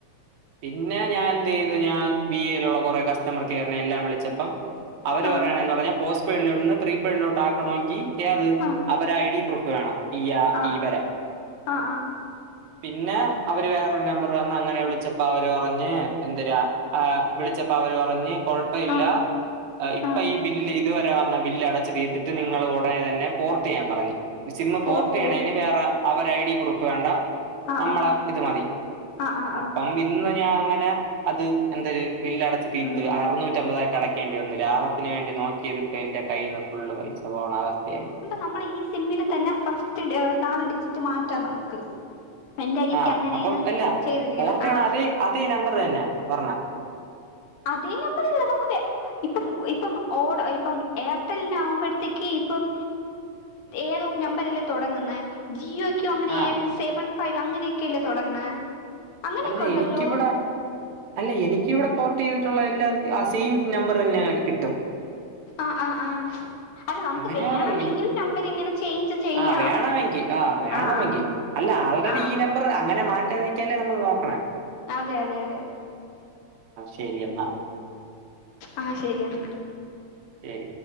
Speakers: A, on the right (about 75°); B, on the left (about 80°).
A: പിന്നെ ഞാൻ എന്തയ്തു ഞാൻ വി എയിലുള്ള കുറെ കസ്റ്റമർ കെയറിനെ എല്ലാം വിളിച്ചപ്പം അവര്
B: ആ ആ
A: പറയണയിൽ പറയ പോസ് പേഡിലോന്ന് പ്രീ പേഡിലോട്ട് ആണെങ്കി ഏ
B: ആ
A: അവരെ ഐ ഡി പ്രൊഫ്‌ വേണം ഇയാ
B: ആ ആ
A: ഇ വരെ
B: ആ
A: പിന്നെ അവര് വേറൊരു നമ്പർ തന്ന് അങ്ങനെ വിളിച്ചപ്പോ അവര് പറഞ്ഞ് എന്തരാ ആ വിളിച്ചപ്പോ അവര് പറഞ്ഞ് കുഴപ്പയല്ല
B: ആ
A: ഇപ്പൊ
B: ആ
A: ഈ ബില്ല് ഇതുവരെ വന്ന ബില്ല് അടച്ചു തീ്ർ ത്തി ട്ട് നിങ്ങൾ ഉടനെ തന്നെ പോർട്യ്യാൻ പറഞ്ഞു സിമ്മ്
B: പോർട്ട്
A: പോർട്ടയ്യണേന് വേറെ അവരെ ഐ ഡി പ്രൂഫ് വേണ്ട
B: ആ
A: നമ്മളെ
B: ആ
A: ഇത് മതി
B: ആ ആ
A: അപ്പം
B: ആ
A: ഇന്ന് ഞാൻ അങ്ങനെ അത് എന്തര് ബില്ല് അടച്ചു തീർത്ത്
B: ഉം
A: അറു നൂ ട്ട മ്പ തായിര് ക ടക്കേണ്ടി വന്നു ലാഭത്തിന് വേണ്ടി നോക്കിയത് ഇപ്പ എന്റെ കയ്യിന്ന് ഫുള്ള് പൈസ പോണ അവസ്ഥയായി
B: നമ്മള് ഈ സിമ്മില് തന്നെ ഫസ്റ്റ് നാല് ഡിജിറ്റ് മാറ്റാം നമുക്ക് എന്റെ അനിയത്തി
A: ആ
B: അങ്ങനെയാണ്
A: അപ്പം ഇല്ല
B: ചെയ്തിരിക്കണെ
A: പോർതിയ്യണ
B: ആ
A: അ തേ അതേ നമ്പർ തന്നെ പറണ്ണ
B: അതേ നമ്പറല്ല നമുക്ക് ഇപ്പം ഇപ്പം ഓട ഇപ്പം എയർടെലിനാകുമ്പ ത്തേക്ക് ഇപ്പം ഏതൊ നമ്പറല്ലേ തുടങ്ങുന്നത് ജിയോ ക്യോ അങ്ങനെ
A: ആ
B: ഏറെ സേവൻ ഫൈവ് അങ്ങനെയൊക്കെയ ല്ലേ തുടങ്ങ്ണ് അങ്ങനെയൊക്കെ
A: അല്ല
B: ഉണ്ടല്ലോ
A: എനിക്കിവിടെ അല്ല എനിക്ക്കി വിടെ പോർട്ട് ചെയ്തിട്ടുള്ള എല്ലാ ആ സീം നമ്പറ് തന്നെ കിട്ടും
B: ആഹ് ആഹ് ആഹ് അല്ല നമുക്ക്
A: അങ്ങനെയാണ്
B: വേണമെങ്കിൽ
A: എനിക്ക്
B: നമ്പർ ഇങ്ങനെ ചേഞ്ച് ചെയ്യാം
A: ആ വേണമെങ്കിൽ ആ വേണമെങ്കിൽ
B: ആഹ് ആഹ്
A: അല്ല ആൾറെഡി
B: ആഹ്
A: ഈ നമ്പർ അങ്ങനെ മാ മാറ്റാതിരിക്കാലേ നമ്മൾ നോക്കണം
B: അതെ അതെ അതെ
A: ശരി എന്നാ
B: ആഹ് ശരിയാന്നാ
A: ശരി